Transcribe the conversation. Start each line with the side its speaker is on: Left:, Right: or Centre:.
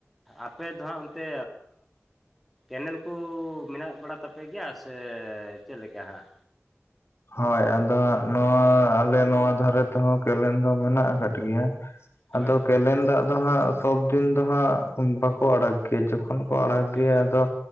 Centre: ᱟᱯᱮ ᱫᱚᱦᱟᱸᱜ ᱚᱱᱛᱮ ᱠᱮᱱᱮᱞ ᱠᱚ ᱢᱮᱱᱟᱜ ᱵᱟᱲᱟ ᱛᱟᱯᱮ ᱜᱮᱭᱟ ᱥᱮ ᱪᱮᱫᱠᱟ ᱦᱟᱸᱜ?
Left: ᱦᱳᱭ ᱟᱫᱚ ᱦᱟᱸᱜ ᱱᱚᱣᱟ ᱟᱞᱮ ᱱᱚᱣᱟ ᱫᱷᱟᱨᱮ ᱛᱮᱦᱚᱸ ᱠᱮᱱᱮᱞ ᱫᱚ ᱢᱮᱱᱟᱜ ᱟᱠᱟᱫ ᱜᱮᱭᱟ,
Centre: ᱦᱳᱭ
Left: ᱟᱫᱚ ᱠᱮᱱᱮᱞ ᱫᱟᱜ ᱫᱚ ᱦᱟᱸᱜ ᱥᱚᱵᱫᱤᱱ ᱫᱚ ᱦᱟᱸᱜ ᱵᱟᱠᱚ ᱟᱲᱟᱜ ᱜᱮᱭᱟ ᱡᱚᱠᱷᱚᱱ ᱟᱲᱜᱮᱭᱟ
Centre: ᱴᱷᱤᱠ
Left: ᱟᱫᱚ